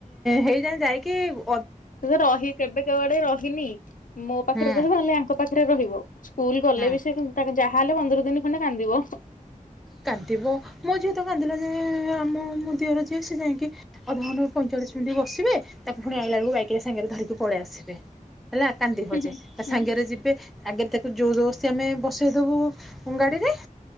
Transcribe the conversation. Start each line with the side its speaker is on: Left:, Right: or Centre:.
Centre: ହେଇଁଯାଏ ଯାଇକି ବୁ
Left: ରହି କେବେ କେଉ ଆଡେ ରହିନି ମୋ ପାଖେରେ
Centre: ହୁଁ।
Left: ରହିବ ନ ହେଲେ ୟାଙ୍କ ପାଖରେ ରହିବ ସ୍କୁଲ ଗଲେ
Centre: ହୁଁ
Left: ବି ସେ ତାଙ୍କ ଯାହାହେଲେ ପନ୍ଦର ଦିନି ଖଣ୍ଡେ କାନ୍ଦିବ।
Centre: କାନ୍ଦିବ ମୋ ଝିଅ ତ କାନ୍ଦିଲା ଯେ ଆମ ମୋ ଦିଅର ଝିଅ ସେ ଯାଇଁକି ଅଧଘଣ୍ଟ ପଇଁଚାଳିଶି ମିନିଟ୍ ବସିବେ ତାକୁ ପୁଣି ଆଇଲା ବୁଳୁକୁ ବାଇକ ରେ ସାଙ୍ଗରେ ଧରିକି ପଳେଇ ଆସିବେ। ହେଲା କାନ୍ଦିବ
Left: ହୁଁ
Centre: ଯେ ତା ସାଙ୍ଗରେ
Left: ହୁଁ
Centre: ଯି ଆଗେ ତାକୁ ଜୋର ଜବସ୍ତି ଆମେ ବସେଇ ଦେବୁ ଉଁ ଗାଡ଼ିରେ।